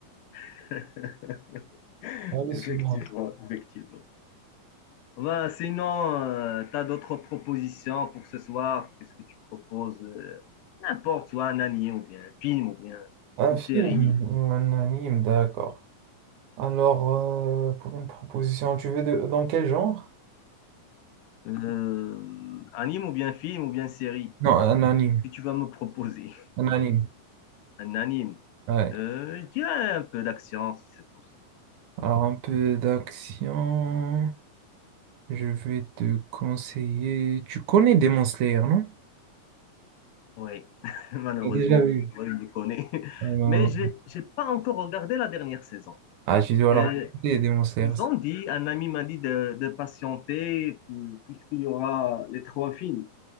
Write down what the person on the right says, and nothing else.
Allez,
se montre.
Un
film
ou un anime, d'accord. Alors, euh, pour une proposition, tu veux de, dans quel genre?
Non, un anime.
Un anime.
Ouais.
Alors, un peu d'action. Je vais te conseiller. Tu connais Demon Slayer, non?
J'ai déjà vu.
Euh,
Ah, tu dois leur
regarder, Demon Slayer.
c'est-